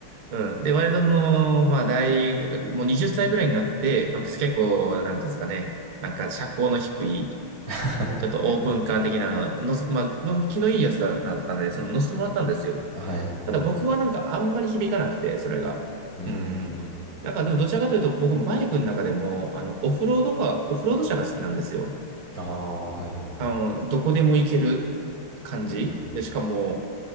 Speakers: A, on the right (about 55°); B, on the right (about 85°).
A: うん。で、割とその、まあ、大学、もう20歳ぐらいになって、まあ、結構、なんていうんですかね、なんか、社交の低い、
B: <laughs>。
A: ちょっとオープンカー的なの、
B: はい。
A: のせ、まあ、の気のいいやつだだったので、その、乗せてもらったんですよ。
B: はい。
A: ただ僕はなんか、あんまり響かなくて、それが。
B: うーん。
A: うん。なんか、でも、どちらかというと、僕、バイクの中でも、あの、オフロードか、オフロード車が好きなんですよ。
B: ああ、はいはい。
A: あの、どこでも行ける感じ。
B: うん。
A: で、しかも、